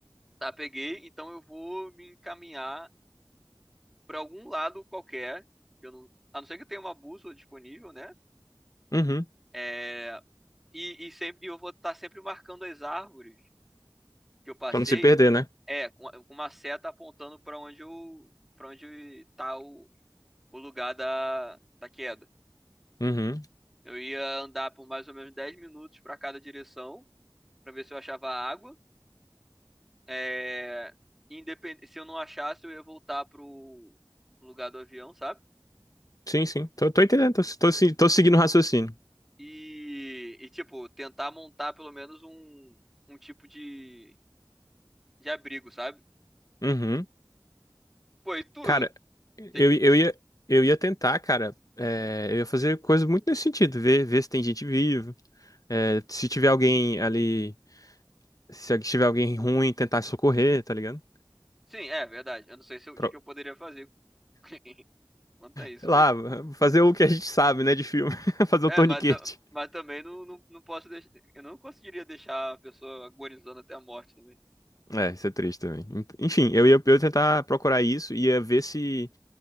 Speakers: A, in the centre; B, on the left.
A: tá, peguei, então eu vou me encaminhar pra algum lado qualquer. que Eu não, a não ser que eu tenha uma bússola disponível, né?
B: uhum.
A: É, e, e, sempre, e eu vou estar sempre marcando as árvores que eu passei,
B: Pra não se perder, né?
A: é, com, com uma seta apontando pra onde eu, para onde tá o, o lugar da, da queda.
B: Uhum.
A: Eu ia andar por mais ou menos 10 minutos para cada direção, para ver se eu achava água. É, independ- Se eu não achasse, eu ia voltar pro lugar do avião, sabe?
B: Sim, sim. Tô, tô entendendo, tô, tô, se- tô seguindo o raciocínio.
A: E, e, tipo, tentar montar pelo menos um, um tipo de... de abrigo, sabe?
B: Uhum.
A: Pô, e tu?
B: Cara, eu,
A: Tem que...
B: eu ia, eu ia tentar, cara. é, eu ia fazer coisa muito nesse sentido, ver, ver se tem gente viva. É, se tiver alguém ali, se tiver alguém ruim, tentar socorrer, tá ligado?
A: Sim, é verdade. Eu não sei se eu-
B: Pro-
A: o que que eu poderia fazer <laughs> quanto a isso,
B: sei lá,
A: mas.
B: <laughs> fazer o que a gente sabe, né, de filme. <laughs> Fazer
A: É,
B: o torniquete.
A: mas, ta- mas também não, não, não posso deixar. Eu não conseguiria deixar a pessoa agonizando até a morte também.
B: É, isso é triste também. Ent- Enfim, eu ia, eu ia tentar procurar isso, ia ver se,